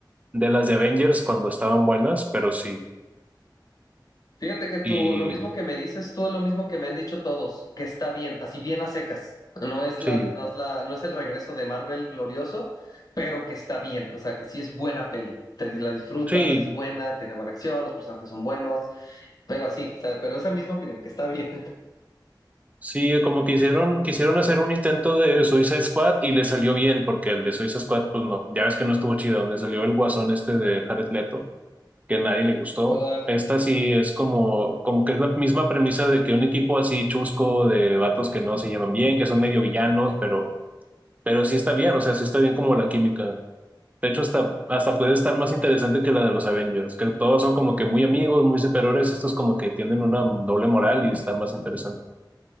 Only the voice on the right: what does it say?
de las de Avengers cuando estaban buenas, pero sí.
Y
sí,
sí,
sí, como que hicieron, quisieron hacer un intento de Suicide Squad y le salió bien, porque el de Suicide Squad, pues no, ya ves que no estuvo chido, donde salió el guasón este de Jared Leto que a nadie le gustó.
Esta sí es como, como que es la misma premisa de que un equipo así chusco de vatos que no se llevan bien, que son medio villanos, pero, pero sí está bien, o sea, sí está bien como la química. De hecho, hasta, hasta puede estar más interesante que la de los Avengers, que todos son como que muy amigos, muy superiores, estos como que tienen una doble moral y está más interesante.